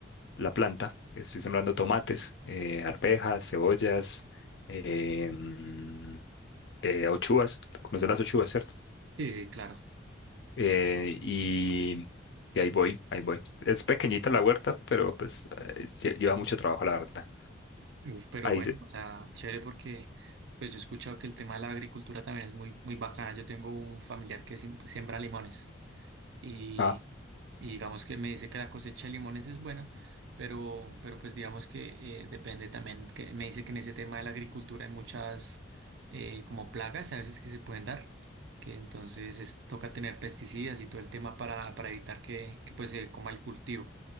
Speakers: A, on the left (about 60°); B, on the right (about 65°).
A: la planta. Estoy sembrando tomates, eh, arvejas, cebollas, eh, mm, eh, ochuas. ¿Conoces las ochuas, cierto?
B: Sí, sí, claro.
A: eh, y, y ahí voy, ahí voy. Es pequeñita la huerta, pero pues eh, sí, lleva mucho trabajo, la verdad.
B: Uf, pero
A: Ahí
B: bueno,
A: se...
B: o sea, chévere porque pues yo he escuchado que el tema de la agricultura también es muy, muy bacana. Yo tengo un familiar que siem- siembra limones y,
A: Ah,
B: y digamos que me dice que la cosecha de limones es buena, pero, pero pues digamos que eh, depende también, que me dice que en ese tema de la agricultura hay muchas eh, como plagas a veces que se pueden dar, que entonces es- toca tener pesticidas y todo el tema para, para evitar que, que pues se coma el cultivo.